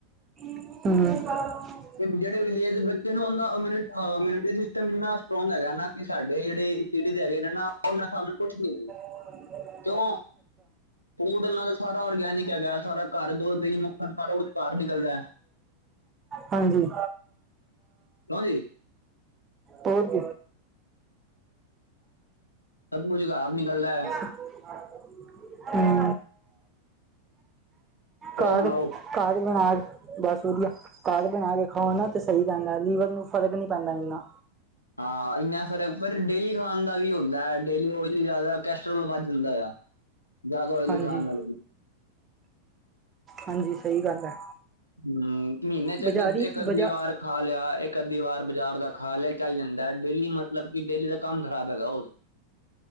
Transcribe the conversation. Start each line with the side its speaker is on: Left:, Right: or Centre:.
Right: ਹਮ
Left: ਜਿਹੜੇ ਵਿਲੇਜ ਦੇ ਜਨ ਉਹਦਾ ਇਮਿ ਇਮਿਊਨਿਟੀ ਸਿਸਟਮ ਇੰਨਾ ਸਟਰੋਂਗ ਹੈਗਾ ਨਾ ਕਿ ਸਾਡੇ ਜਿਹੜੇ ਸਿਟੀ ਦੇ ਹੈਗੇ ਨਾ ਉਹਨਾਂ ਸਾਨੂੰ ਕੁਛ ਦੇ
Right: ਹ
Left: ਦੋ ਫੂਡਨਾਂ ਦਾ ਸਾਰਾ ਔਰਗੈਨਿਕ ਹੈਗਾ ਸਾਰਾ ਘਰ ਦੁੱਧ ਦੇ ਮੁੱਖਣ ਸਾਰਾ ਕੁਛ ਬਰ ਨਿਕਲਦਾ ਹੈ
Right: ਹਾਂਜੀ
Left: ਹਾਂਜੀ
Right: ਬਹੁਤ
Left: ਸਭ ਕੁਝ ਘਰ ਨਿਕਲਦਾ।
Right: <unintelligible> ਹਾਂ
Left: ਹੋਰ
Right: ਘਰ,
Left: ਸੁਣਾਓ
Right: ਘਰ ਬਿਹਾਰ ਬਸ ਵਧੀਆ, ਘਰ ਬਣਾ ਕੇ ਖਾਓ ਨਾ ਤਾਂ ਸਹੀ ਰਹਿੰਦਾ ਲੀਵਰ ਨੂੰ ਫ਼ਰਕ ਨਹੀਂ ਪੈਂਦਾ ਇੰਨਾ।
Left: ਹਾਂ ਇੰਨਾ ਫਰਕ ਪਰ ਡੇਲੀ ਖਾਣ ਦਾ ਵੀ ਹੁੰਦਾ ਹੈ ਡੇਲੀ ਉਹ ਜ਼ਿਆਦਾ ਕੋੈਸਟਰੋਲ ਵੱਧ ਜਾਂਦਾ ਆ। ਜ਼ਿਆਦਾ ਆਇਲੀ
Right: ਹਾਂਜੀ
Left: ਖਾਣ ਨਾਲ ਵੀ
Right: ਹਾਂਜੀ, ਸਹੀ ਗੱਲ ਹੈ।
Left: ਹਮ ਮਹੀਨੇ ਚ
Right: ਬਜ਼ਾਰੀ
Left: ਇੱਕ ਅੱਧੀ
Right: ਬਜਾ
Left: ਵਾਰ। ਖਾ ਲਿਆ, ਇੱਕ ਅੱਧੀ ਵਾਰ ਬਾਜ਼ਾਰ ਦਾ ਖਾ ਲਿਆ ਚੱਲ ਜਾਂਦਾ ਡੇਲੀ ਮਤਲਬ ਕਿ ਡੇਲੀ ਦਾ ਕੰਮ ਖਰਾਬ ਹੈਗਾ ਉਹ।